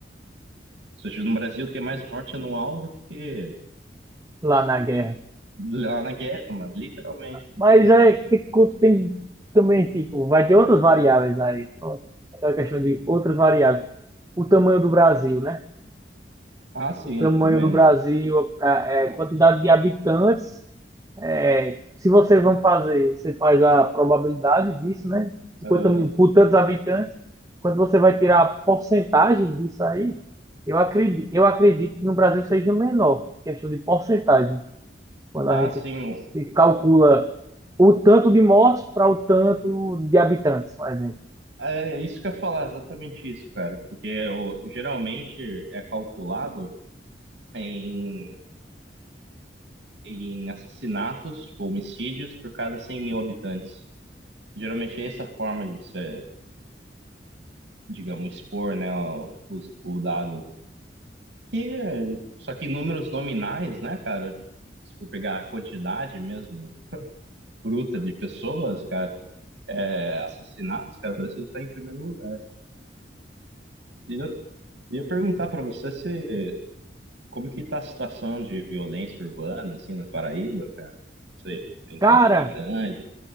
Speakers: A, on the right; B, on the right.
A: Ou seja, no Brasil tem mais morte anual do que
B: Lá na guerra.
A: lá na guerra, mano, literalmente.
B: Mas é que tem também, tipo, vai ter outras variáveis aí. Pronto. É uma questão de outras variáveis. O tamanho do Brasil, né?
A: Ah, sim,
B: o tamanho
A: também.
B: do Brasil, a, é, quantidade de habitantes. É, se vocês vão fazer, você faz a probabilidade disso, né? 50
A: Ah,
B: mil por tantos habitantes. Quando você vai tirar a porcentagem disso aí, eu acredito, eu acredito que no Brasil seja menor, questão de porcentagem. Quando
A: ah,
B: a gente
A: sim.
B: se calcula o tanto de mortes para o tanto de habitantes, por exemplo.
A: É é isso que eu ia falar, exatamente isso, cara. Porque eu- geralmente é calculado em, em assassinatos, tipo, homicídios por cada 100 mil habitantes. Geralmente é essa forma de você, digamos, expor, né, o, os- o dado. Que, é- só que números nominais, né, cara? Se for pegar a quantidade mesmo bruta de pessoas, cara, é, assassinados, cara, o Brasil tá em primeiro lugar. E eu ia perguntar pra você se como que tá a situação de violência urbana, assim, na Paraíba, cara? Não sei, em
B: Cara,
A: Campina Grande.